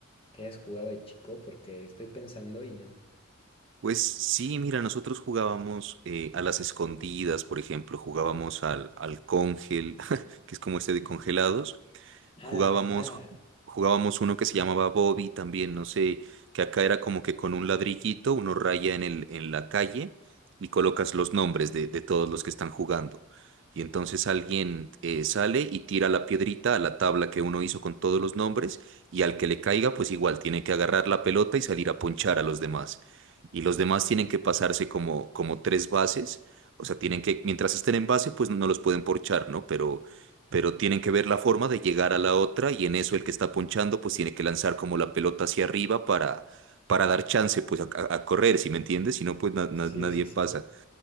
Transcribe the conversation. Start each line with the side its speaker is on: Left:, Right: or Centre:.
Left: que hayas jugado de chico, porque estoy pensando y no.
Right: Pues sí, mira, nosotros jugábamos eh, a las escondidas, por ejemplo, jugábamos al, al cóngel, <laughs> que es como este de congelados. Jugábamos,
Left: Ah, ah,
Right: jugábamos uno que se llamaba Bobby también, no sé, que acá era como que con un ladrillito uno raya en el, en la calle y colocas los nombres de, de todos los que están jugando. Y entonces alguien eh, sale y tira la piedrita a la tabla que uno hizo con todos los nombres y al que le caiga, pues igual tiene que agarrar la pelota y salir a ponchar a los demás. Y los demás tienen que pasarse como, como tres bases, o sea, tienen que, mientras estén en base, pues no los pueden porchar, ¿no? Pero pero tienen que ver la forma de llegar a la otra y en eso el que está ponchando pues tiene que lanzar como la pelota hacia arriba para, para dar chance pues a, a- correr, si me entiendes? Si no pues na- na-
Left: sí,
Right: nadie
Left: sí, sí.
Right: pasa.